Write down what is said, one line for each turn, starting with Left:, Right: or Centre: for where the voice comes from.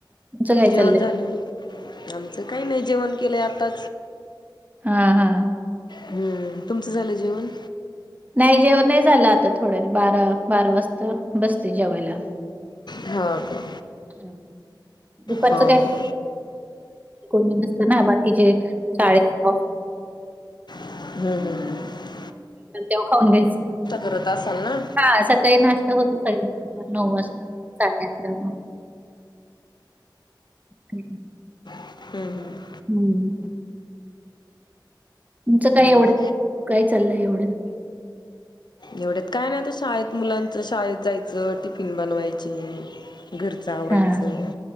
Right: तुमचं काय
Left: जेवण
Right: चाललंय
Left: झालं आमचं काही नाही जेवण केले आता
Right: हा हा
Left: हम्म तुमचं झालं जेवण
Right: नाही जेव नाही झालं आता थोडं बारा बारा वाजता बसते जेवायला
Left: हां का
Right: हम्म. दुपारचं
Left: हो हो
Right: काय णी नसत ना बाकीचे शाळे ऑफ
Left: हम्म हम्
Right: तेव खाऊन घ्यायच
Left: करत असाल ना
Right: हा सकाळी नाश् नऊ वाजता साडेआातल्याऊ हा
Left: हम् हम्
Right: हम्म तुमचं काय एवढं
Left: मग
Right: काय चाललंय एवढं
Left: एवढ्यात काय नाही आता शाळेत मुलांच शाळेत जायचं टिफिन बनवायची घरचं आवरायचं
Right: हा